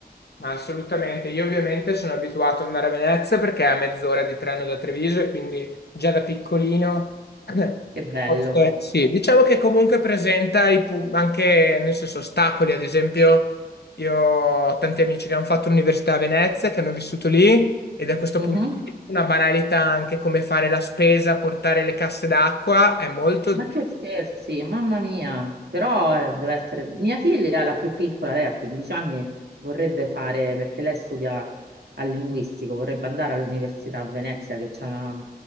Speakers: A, on the left; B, on the right.
A: Ma assolutamente, io ovviamente sono abituato ad andare a Venezia perché è a mezz'ora di treno da Treviso e quindi già da piccolino, <coughs>
B: Che
A: <clears throat>
B: bello.
A: forse sì, diciamo che comunque presenta i pu- anche, nel senso, ostacoli, ad esempio io ho tanti amici che hanno fatto l'università a Venezia, che hanno vissuto lì e da questo
B: Mhm.
A: punto di vista una banalità anche come fare la spesa, portare le casse d'acqua è molto...
B: Ma che scherzi, mamma mia. Però eh, deve essere... Mia figlia, la più piccola, lei ha 15 anni, vorrebbe fare, perché lei studia al linguistico, vorrebbe andare all'università a Venezia, che c'è una-